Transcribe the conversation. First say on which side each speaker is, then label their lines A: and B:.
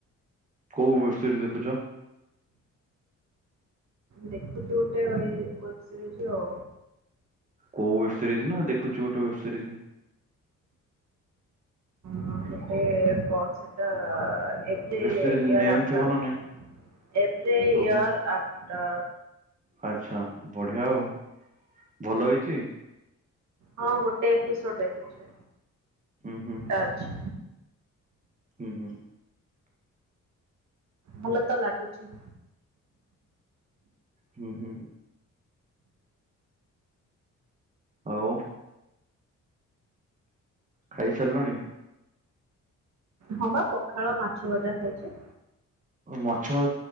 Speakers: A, on the right; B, on the right.
A: କୋଉ ୱେବ୍ ସିରିଜ ଦେଖୁଚ?
B: ଦେଖୁଚି ଗୋଟେ ୱେ ୱେବ୍ ସିରିଜି ଆଉ।
A: କୋଉୱେବ୍ିସିରିଜ ନା ଦେଖୁ ଚି ଗୋଟେ ବ ସଜ୍
B: ଅଁ, ଗୋଟେ କଣ ସେଟା। ଏଭ
A: ୱେବ ସିରିଜ
B: ଇୟର
A: ନେମ୍
B: ଆଫ୍ଟତଵ
A: ଥିବ ନା ନାଇଁ
B: ଏଭି ଇୟର୍
A: ଓହୋ।
B: ଆଫ୍ଟର
A: ଆଚ୍ଛା ବଢିଆ ଆଉ ଭଲ ହେଇଛି
B: ହଁ ଗୋଟେ ଏପିସୋଡ ଦେଖି
A: ହୁଁ ହୁଁ
B: ଅଛି।
A: ହୁଁ ହୁଁଁ,
B: ଭଲ ତ ଲାଗୁଛି।
A: ହୁଁ ହୁଁ ଆଉ ଖାଇସାରିଲାଣି।
B: ହଁ ବା ପଖାଳ ମାଛ ଭଜା ଖାଇଛି।
A: ମାଛ